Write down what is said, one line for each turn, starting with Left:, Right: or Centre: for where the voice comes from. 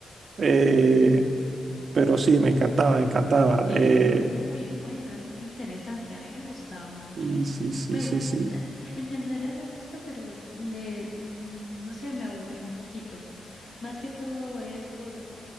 Right: Eh, pero sí, me encantaba, me encantaba.
Left: Es
Right: Eh,
Left: muy bueno, es muy interesante. A mí me gustaba mucho.
Right: y sí,
Left: Me
Right: sí, sí,
Left: gusta,
Right: sí.
Left: en general me gusta, pero le, mm, no sé, me aburrió un poquito. Más que todo es por